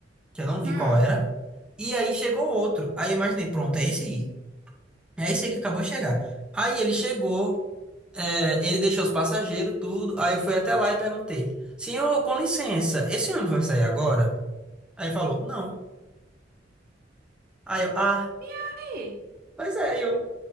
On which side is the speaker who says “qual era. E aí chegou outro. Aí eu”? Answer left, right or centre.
Centre